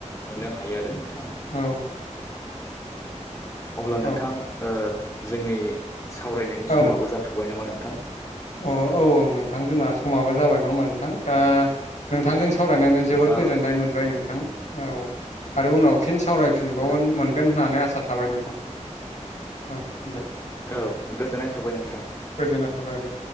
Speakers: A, on the left; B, on the left.
A: मोननो हायो आरो नोंथां।
B: औ
A: अब्ला
B: औ
A: नोंथां ओ जोंनि सावरायनायनि
B: औ
A: समाबो जाथ'बाय नामा नोंथां?
B: अ औ औ नोंथां जोंना समाबो जाबाय नङा होमबा नोंथां दा नोंथांजों सावरायनानै जोबोर
A: औ
B: गोजोननाय मोनबाय नोंथां औ आरो उनाव फिन सावरायफिनबावनो
A: औ
B: मोनगोन होननानै आसा थाबाय नोंथां औ। दे
A: औ गोजोननाय थाबाय नोंथां
B: गोजोननाय थाबाय दे।